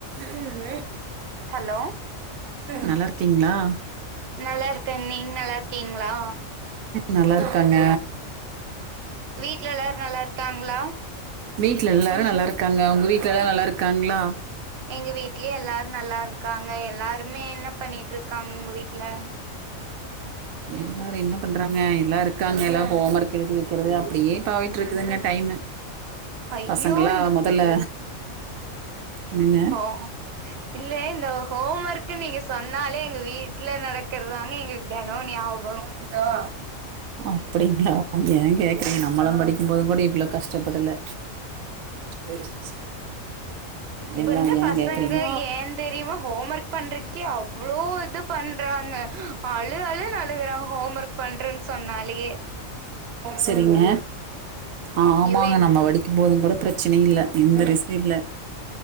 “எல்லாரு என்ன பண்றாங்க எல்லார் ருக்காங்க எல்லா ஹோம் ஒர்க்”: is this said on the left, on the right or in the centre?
Right